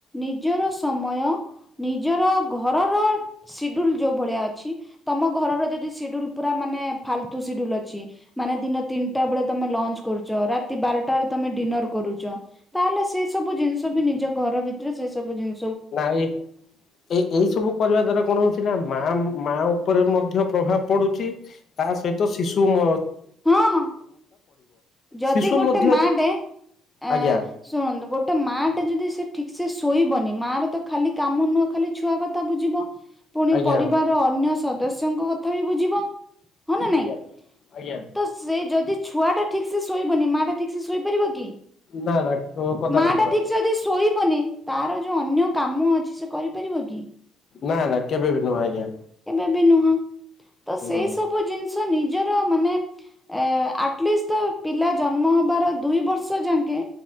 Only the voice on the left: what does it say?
ନା ଏଇ-ଏ-ଏଇ ସବୁ କରିବା ଦ୍ଵାରା କଣ ହଉଛି ନା ଆମ ମା-ମା ଉପରେ ମଧ୍ୟ ପ୍ରଭାବ ପଡୁଛି ତା ସହିତ ଶିଶୁ ମ
ଶିଶୁ
ମଧ୍ୟ
ଆଜ୍ଞା
ଆଜ୍ଞା
ଆଜ୍ଞା। ଆଜ୍ଞା
ନା ନା କଦାପି
ନୁହଁ
ଆଜ୍ଞା
ନା ନା କେବେ ବି ନୁହଁ ଆଜ୍ଞା।
ହୁଁ।